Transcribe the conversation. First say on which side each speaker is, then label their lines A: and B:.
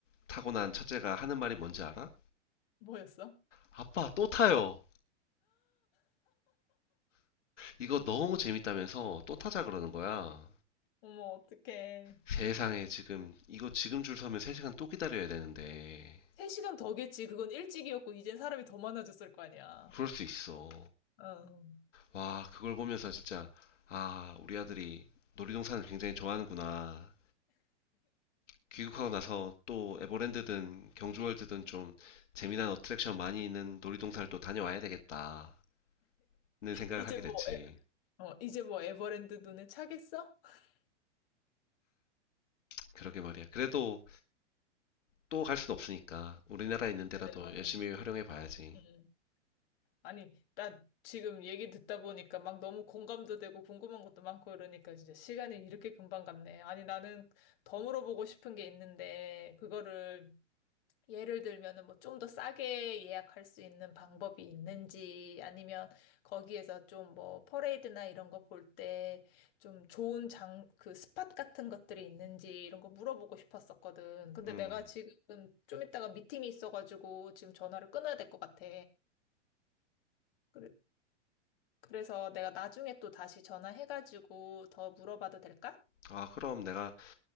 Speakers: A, on the left; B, on the left.
A: 타고 난 첫째가 하는 말이 뭔지 알아?
B: 뭐였어?
A: 아빠, 또 타요. 이거 너무 재밌다면서 또 타자 그러는 거야.
B: 어머, 어떡해.
A: 세상에, 지금, 이거 지금 줄 서면 3시간 또 기다려야 되는데.
B: 3시간 더겠지. 그건 일찍이었고, 이젠 사람이 더 많아졌을 거 아니야.
A: 그럴 수 있어.
B: 어.
A: 와, 그걸 보면서 진짜, 아, 우리 아들이 놀이동산을 굉장히 좋아하는구나. 귀국하고 나서 또 에버랜드든 경주월드든 좀 재미난 어트랙션 많이 있는 놀이동산을 또 다녀와야 되겠다. 는 생각을
B: 이제
A: 하게
B: 뭐,
A: 됐지.
B: 에, 어, 이제 뭐 에버랜드 눈에 차겠어? <laughs>
A: 그러게 말이야. 그래도 또 갈 순 없으니까 우리나라에 있는 데라도
B: 맞아요, 맞아요.
A: 열심히 활용해 봐야지.
B: 음. 아니, 나 지금 얘기 듣다 보니까 막 너무 공감도 되고 궁금한 것도 많고 이러니까 진짜 시간이 이렇게 금방 갔네. 아니, 나는 더 물어보고 싶은 게 있는데, 그거를 예를 들면은 뭐 좀 더 싸게 예약할 수 있는 방법이 있는지 아니면 거기에서 좀 뭐 퍼레이드나 이런 거 볼 때 좀 좋은 장, 그 스팟 같은 것들이 있는지 이런 거 물어보고 싶었었거든. 근데
A: 음.
B: 내가 지금 좀 이따가 미팅이 있어가지고 지금 전화를 끊어야 될 것 같아. 그래, 그래서 내가 나중에 또 다시 전화해가지고 더 물어봐도 될까?
A: 아, 그럼 내가